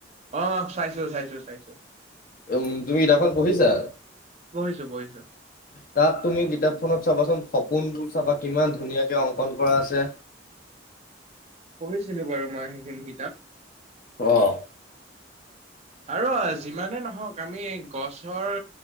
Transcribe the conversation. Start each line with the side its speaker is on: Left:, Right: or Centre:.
Right: অ', চাইছো চাইছো চাইছো।
Left: উম তুমি কিতাপখন পঢ়িছা?
Right: পঢ়িছো পঢ়িছো
Left: তাত তুমি কিতাপখনত চাবাচোন সপোনবোৰ চাবা কিমান ধুনীয়াকে অংকন কৰা আছে।
Right: কৰিছিলো বাৰু মই সেইখিনি কিতাপ
Left: অহ।
Right: আৰু যিমানে নহক আমি গছৰ